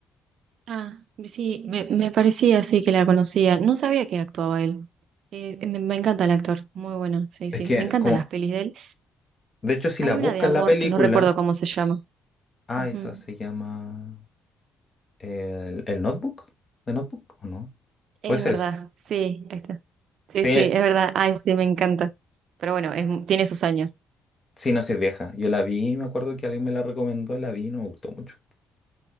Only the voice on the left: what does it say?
Es
que,
como,
de hecho, si
la buscas
la película,
ah,
esa se llama el, el Notebook, ¿The Notebook o no?
Puede ser
esa.
Sí,
sí, no sé, es vieja. Yo la vi, me acuerdo que alguien me la recomendó, la vi, y no me gustó mucho.